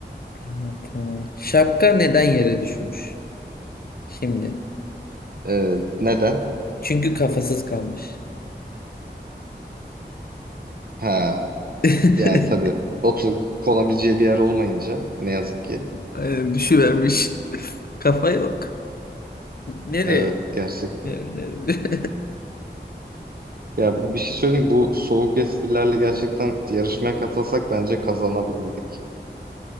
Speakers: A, on the left (about 55°); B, on the right (about 55°).
A: Aa, tamam. Şapka neden yere düşmüş? Şimdi.
B: Ee, neden?
A: Çünkü kafasız kalmış.
B: Ha
A: <laughs>
B: yani tabii oturup konabileceği bir yer olmayınca ne yazık ki.
A: Aynen, Düşüvermiş. Kafa yok. Nereye?
B: Evet gerçekten.
A: Nereye? nereye? <laughs>
B: Ya bu bir şey söyleyeyim. Bu soğuk esprilerle gerçekten yarışmaya katılsak bence kazanabilirdik.